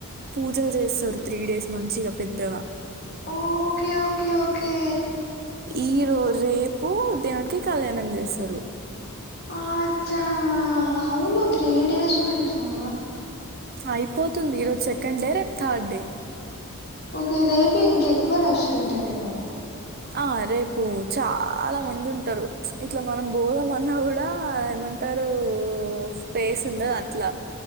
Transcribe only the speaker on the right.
పూజలు జేస్తరు త్రీ డేస్ మంచిగా పెద్దగా
ఈరో రేపు దేవునికి కళ్యాణం చేస్తారు
అయిపోతుంది ఈరోజు సెకండ్ డే రేపు థర్డ్ డే
ఆ రేపు చాలా మంది ఉంటరు ఇట్ల మనం పోదామన్నా గూడా ఏమన్ టరూ స్పేస్ ఉండది అట్లా